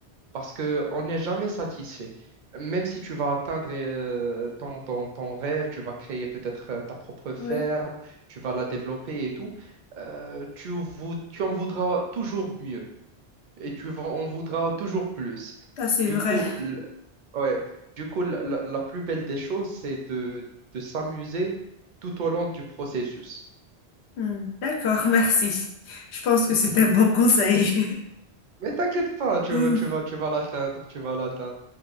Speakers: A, on the right; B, on the left.
A: parce que on n'est jamais satisfait. Même si tu vas atteindre euh, ton, ton- ton rêve, tu vas créer peut-être euh, ta propre ferme,
B: Oui,
A: tu vas la développer et tout, euh, tu, vou- tu en voudras toujours mieux et tu vas- en voudras toujours plus.
B: ça c'est
A: Du
B: vrai.
A: coup, l- ouais, du coup la, la- la plus belle des choses, c'est de, de s'amuser tout au long du processus.
B: Hmm. D'accord, merci. Je pense que
A: <laughs>
B: c'est un bon conseil.
A: Mais t'inquiète pas, tu
B: <laughs>
A: vas, tu vas, tu vas l'atteindre, tu vas l'atteindre.